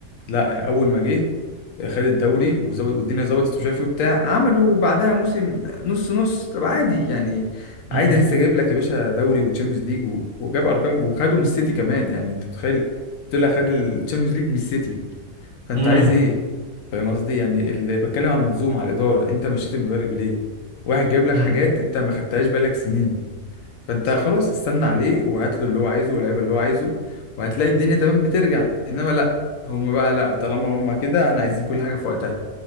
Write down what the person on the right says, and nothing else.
مم.
مم.
مم.
صح